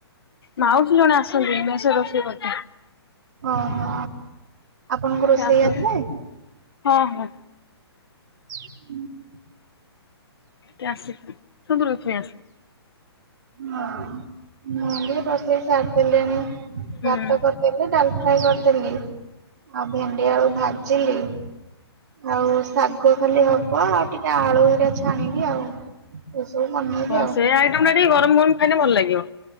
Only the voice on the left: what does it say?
ମାଉସୀ ଜଣେ ଆସନ୍ତି ମେସରେ ରୋଷେଇ କରିତେ।
ସେ ଆସନ୍ତି
ହଁ ହଁ
କେ ଆସେ ସେମତି ରୋଷେଇ ଆସେ।
ହୁଁ
ହଁ
ସେ ଆଇଟମ ଟା ଟିକେ ଗରମ ଗରମ ଖାଇଲେ ଭଲ ଲାଗିବ।